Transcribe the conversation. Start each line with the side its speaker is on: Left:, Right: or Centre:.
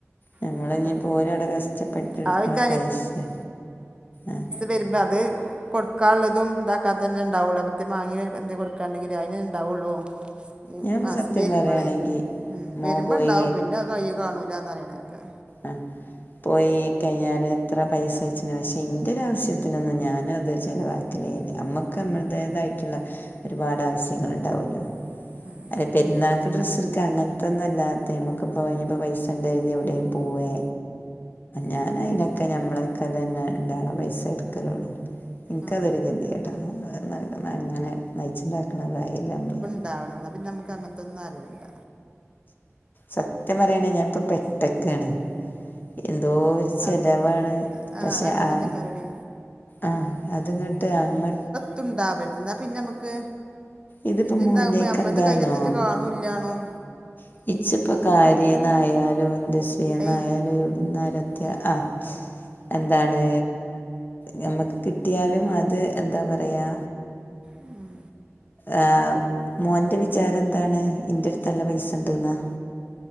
Left: ഞമ്മള്ഞ്പ്പോ
Right: ഒക്കെ ഉണ്ടാവും
Left: ഓരവടെ കഷ്ടപ്പെട്ട്
Right: ആ
Left: ഇട്ക്ക്ണ
Right: എൻ്റെ
Left: പൈസെ ആ
Right: വെരുമ്പം അത്‌ കൊടുക്കാള്ളതും ഇതാക്കാതെന്നെ ഉണ്ടാവുള്ളൂ അപതേം മാങ്ങിയെന്തേ കൊട്കാണ്ടങ്കില് അയിനെന്നെണ്ടാവോള്ളൂ ഈ
Left: ഞാനിപ്പോ
Right: മാസം
Left: സത്യം
Right: വെരുമ്പളേ
Left: പറയാണെങ്കി മോൻ
Right: വെരുമ്പ
Left: പോയി
Right: ണ്ടാവും പിന്നെ അത് കയ്യ് കാണൂല് ഇല്ലാന്നറിണേക്കാ
Left: ആഹ് പോയി കഴിഞ്ഞാല് എത്ര പൈസ അയച്ച്ണ് പക്ഷെ ഇൻ്റൊരാവശ്യത്തിനൊന്നും ഞാനത് ചെലവാക്കലേല്ല അമ്മക്ക് അമ്മൾടേതായിട്ട് ആയിട്ട്ള്ള ഒരുപാട് ആവശ്യങ്ങൾ ഇണ്ടാവല്ലോ
Right: മ്മ്
Left: എല്ല പെരുന്നാക്ക് ഡ്രസ്ട്ക്ക അങ്ങൻത്തൊന്നു അല്ലാത്തെ അമുക്ക്പ്പോഴിഞ്ഞപ്പൊ പ്പൈസണ്ടെര്തി എവിടേം പോവേ ഞാൻ അയിനൊക്കെ ഞമ്മളയ്ക്കെലെന്നെ ഇണ്ടവ്ണ പൈസെ ഇട്ക്കലൊള്ളൂ ഇൻക്കതൊരു
Right: ആ
Left: കെതിയേടാ അന്നാന്ന്ങ്ങനെ നയിച്ച്ണ്ടാക്ക്ണ കായിയെല്ലേ അമ്മള്
Right: ണ്ടാവണം ന്നാ പിന്നെ അമക്കങ്ങൻത്തെന്നു അറിയണ്ട
Left: സത്യം പറിയാണെ ഞാൻപ്പൊ പെട്ടക്കാണ് എന്തോര് ചെലവാണ്
Right: അത് ആ
Left: പക്ഷേ
Right: അങ്ങനെ
Left: ആഹ്
Right: തന്നെ കരടി
Left: ആ അത്ങ്ങട്ട് അങ്ങട്
Right: ത്തുണ്ടാവര്ത് ന്നാ പിന്നമ്മക്ക്
Left: ഇതിപ്പോ
Right: ഇത്ണ്ടാവുമ്പ
Left: മോന്റെക്കെ
Right: നമ്മൾത്
Left: എന്താന്നോ
Right: കയിലെറ്റം കാണൂല് ഇല്ലാണും
Left: !
Right: ഏയ് ഉം
Left: !!!!!!!!! എന്താണ് ഞമ്മക്ക് കിട്ടിയാലും അത് എന്താ പറയാ
Right: ഉം
Left: ആഹ് മോന്റ വിചാരം എന്താണ് ഇന്റടുത്ത് നല്ല പൈസണ്ട്ന്നോ